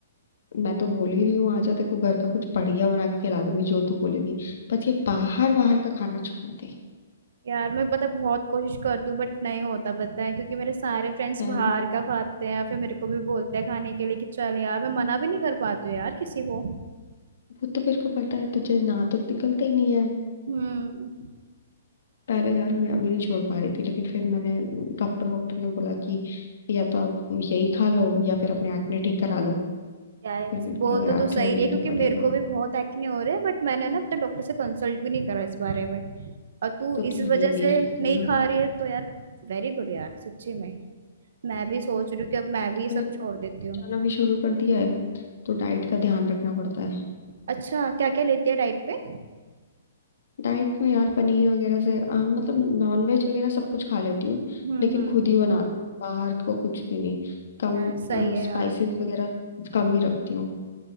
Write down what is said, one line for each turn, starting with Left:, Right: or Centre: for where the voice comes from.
Left: मैं तो बोल ही रही हूँ आजा तेरे को घर का कुछ बढ़िया बना के खिला दूंगी जो तू बोलेगी बस ये बाहर बाहर का खाना छोड़ दे
Right: यार मैं पता बहुत कोशिश करती हूँ बट नहीं होता पता है क्योंकि मेरे सारे फ्रेंड्स
Left: पहले-
Right: बाहर का खाते हैं या फिर मेरे को भी बोलते हैं खाने के लिए कि चल यार मैं मना भी नहीं कर पाती हूँ यार किसी को
Left: वो तो मेरे को पता है तुझे ना तो निकलता ही नहीं है
Right: हम्म
Left: पहले यार मैं अभी नहीं छोड़ पा रही थी लेकिन फिर मैंने डॉक्टर डॉक्टर ने बोला कि या तो आप यही खा लो या फिर अपने एक्ने ठीक करा लो
Right: यार
Left: फिर मेरे
Right: बोल
Left: को लगा
Right: तो
Left: यार
Right: तू सही
Left: छोड़ना
Right: रही है क्योंकि
Left: तो पड़ेगा
Right: मेरे को भी बहुत एक्ने हो रहे हैं बट मैंने ना अब तक डॉक्टर से कंसल्ट भी नहीं करा इस बारे में और तू
Left: तो तुम
Right: इस
Left: है
Right: वजह
Left: ही बेवकूफ
Right: से नहीं
Left: हो ना
Right: खा रही है तो यार वेरी गुड यार सच्ची में मैं भी सोच रही हूँ कि अब
Left: एक
Right: मैं भी
Left: तो
Right: ये सब
Left: मैंने
Right: छोड़ देती हूँ
Left: जाना भी शुरू कर दिया है तो डाइट का ध्यान रखना पड़ता है
Right: अच्छा क्या क्या लेती है डाइट पे
Left: डाइट में यार पनीर वगैरह से अ, मतलब नॉनवेज वगैरह सब कुछ खा लेती हूँ
Right: हम्म
Left: लेकिन
Right: हम्म
Left: खुद ही बना बाहर को कुछ भी नहीं कम
Right: यार सही है
Left: स्पाइसेस
Right: यार
Left: वगैरह कम ही रखती हूँ